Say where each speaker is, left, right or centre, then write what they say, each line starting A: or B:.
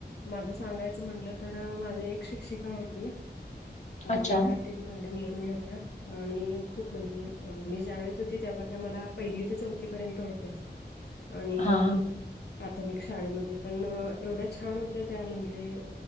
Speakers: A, on the left; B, on the left.
A: माझं सांगायचं म्हटलं तर माझी एक शिक्षिका होती
B: अच्छा
A: विध्या. मॅडम म्हणून होत्या. आणि खूप म्हणजे मी शाळेत होती तेव्हा त्या मला पहिली ते चौथी पर्यंत होत्या. आणि.
B: हा हा
A: प्राथमिक शाळेमध्ये पण एवढ्या छान होत्या त्या म्हणजे